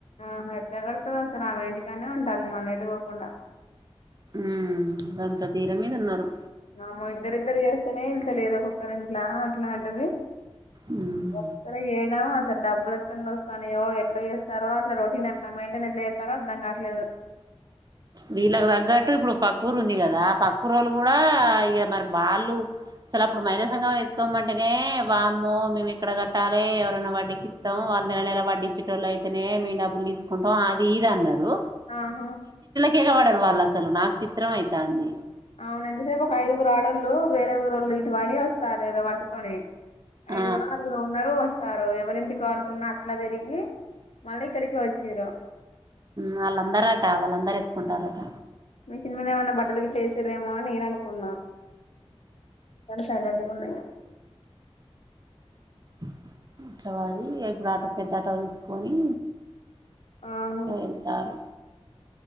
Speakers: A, on the left (about 80°); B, on the right (about 40°).
A: ఆహ ఎట్లా కడుతది అసలు ఆమె ఇంటికనే ఉంటాంది మల్ల ఇటు పోకుండా
B: ఉ గంత ధీర మీద ఉన్నారు
A: మామో ఇద్దరిద్దరు చేస్తేనే ఏళ్ లేదు ఒక్కొక్కరు ఇంట్ల అట్లాంటది
B: ఉమ్
A: ఒక్కర ఏనా డబ్బులు ఎక్కడ వస్తాయో ఎట్లా చేస్తారో అట్లా రొటీన్ ఎట్లా మైంటైన్ ఎట్లా చేస్తారో అర్థం కావట్లేదు
B: వీళ్ళకి తగ్గట్టు ఇప్పుడు పక్కూరు ఉంది కదా ఆ పక్కూరోళ్ళు కూడా ఇక మరి వాళ్ళు అసలు అప్పుడు మహిళ సంఘం ఎత్తుకోమంటేనే వామ్మో మేము ఎక్కడ కట్టాలి ఎవరన్నా వాడ్డికి ఇత్తం వాళ్ళ నెల నెల వడ్డీ ఇచ్చేటోళ్లయితేనే మేము డబ్బులు తీసుకుంటాం అది ఇది అన్నారు
A: ఆహా
B: తెగబడ్డారు వాళ్ళు అసలు నాకు చిత్రం అయితాంది
A: అవును ఎంత సేపు ఒక ఐదుగురు ఆడోళ్ళు వేరే ఊరోళ్ళు ఇటువని వస్తారు కదా పట్టుకొని
B: ఆ
A: ఐదుగురో ఆరుగురో ఉన్నారు వస్తారు ఎవరింటికో అనుకున్నా అట్లా తిరిగి మళ్ళీ ఇక్కడికి వచ్చిర్రు
B: వాళ్ళందరట వాళ్ళందరూ ఎత్తుకుంటారట
A: తని మీద ఏమైన్నా బట్టలుకి ఏసిరేమో నేను అనుకున్నా సైలెంట్గా ఉన్నా ఇగ
B: <unintelligible> ఇప్పుడు ఆటో పెద్ద అటో తీసుకొని
A: ఆహా
B: ఎంతారు